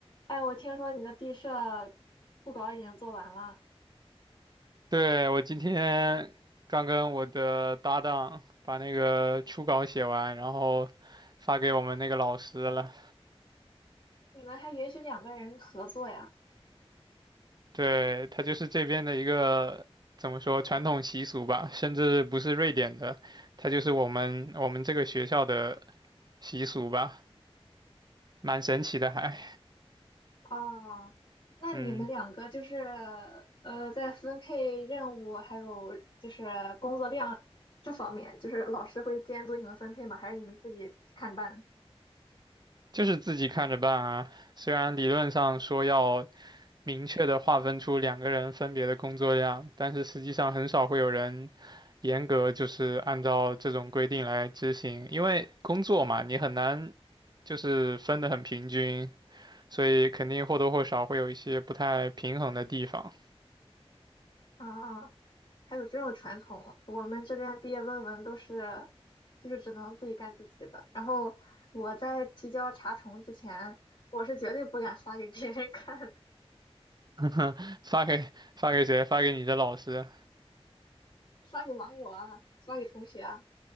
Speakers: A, on the left; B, on the right.
A: 哎，我听说你的毕设布稿已经做完了，
B: 对，我今天刚跟我的搭档把那个初稿写完，然后发给我们那个老师了。
A: 你们还允许两个人合作呀？
B: 对，他就是这边的一个怎么说传统习俗吧，甚至不是瑞典的，他就是我们我们这个学校的习俗吧，蛮神奇的还。
A: 啊，那你们两个就是
B: 嗯，
A: 呃，在分配任务还有就是工作量这方面，就是老师会监督你们分配吗？还是你们自己看办？
B: 就是自己看着办啊。虽然理论上说要明确的划分出两个人分别的工作量，但是实际上很少会有人严格就是按照这种规定来执行，因为工作嘛，你很难就是分得很平均，所以肯定或多或少会有一些不太平衡的地方。
A: 啊，还有这种传统，我们这边毕业论文都是就是只能自己干自己的。然后我在提交查重之前，我是绝对不敢发给别人看
B: <laughs> 发给发给谁？发给你的老师。
A: 发给网友啊，发给同学啊，